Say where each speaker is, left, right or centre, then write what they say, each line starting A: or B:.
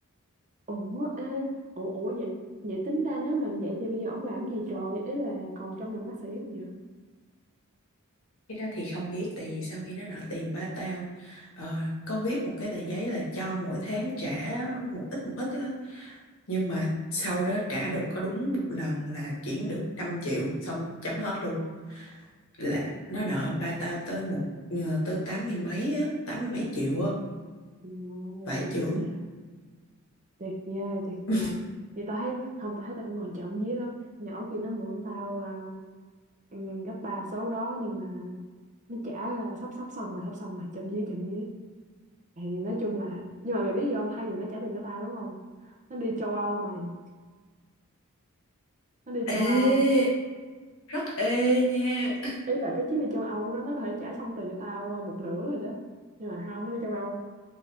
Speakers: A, on the right; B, on the left.
A: ủa ê ủa ủa vậy vậy tính ra nếu mà vậy thì bây giờ ổng làm cái gì trời ý là còn trong ngành bác sĩ không vậy
B: cái đó thì không biết tại vì sau khi nó nợ tiền ba tao ờ, có viết một cái tờ giấy là cho mỗi tháng trả một ít một ít nhưng mà sau đó trả được có đúng một lần là chuyển được năm triệu xong chấm hết luôn là nó nợ ba tao tới một ờ, tới tám mươi mấy á, tám mươi mấy triệu á
A: Ờ,
B: vải
A: tuyệt
B: trưởng
A: vời tuyệt vời tuyệt
B: <laughs>
A: vời vậy tao thấy không tao thấy tao cũng còn chậm vía lắm nhỏ kia nó mượn tao à, ừ, gấp ba số đó nhưng mà nó trả là sắp sắp xong rồi sắp xong rồi chậm dí chậm dí thì nói chung là nhưng mà mày biết gì không thay vì nó trả tiền cho tao đúng không nó đi châu Âu mày nó đi
B: ê
A: châu Âu
B: rất ê nha
A: ý là cái chuyến đi châu Âu của nó nó có thể trả xong tiền cho tao ờ, một nửa rồi đó nhưng mà không nó đi châu Âu